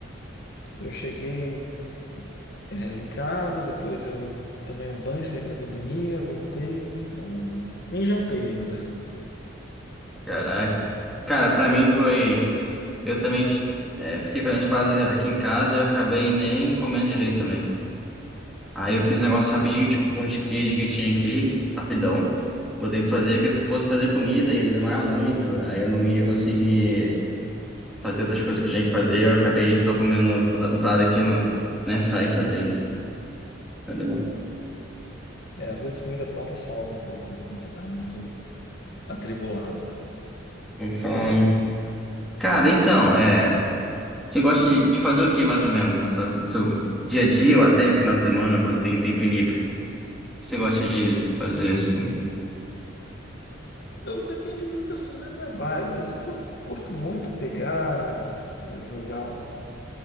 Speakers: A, on the left; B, in the centre.
A: Eu cheguei, é, em casa, depois eu tomei um banho, saí para academia, voltei, não, nem jantei ainda.
B: Caraca. Cara, pra mim foi. Eu também é, fiquei fazendo as paradas aqui em casa e eu acabei nem comendo direito também. Aí eu fiz um negócio rapidinho, tipo um pão de queijo que tinha aqui, rapidão. Botei pra fazer, porque se eu fosse fazer comida ia demorar muito. Aí eu não ia conseguir fazer outras coisas que eu tinha que fazer. Eu acabei só comendo, botando parada aqui no, na airfryer e fazendo. Vai demorar.
A: É, às vezes comida pronta salva um pouco, né? Quando você tá muito atribulado.
B: Vou falar. Cara, então, é. Você gosta de, de fazer o que mais ou menos na sua- no seu dia a dia ou até final de semana, quando você tem tempo livre? O que você gosta de, de fazer assim?
A: Eu depende muito, assim, da minha vibe. Às vezes eu curto muito pegar, né, jogar um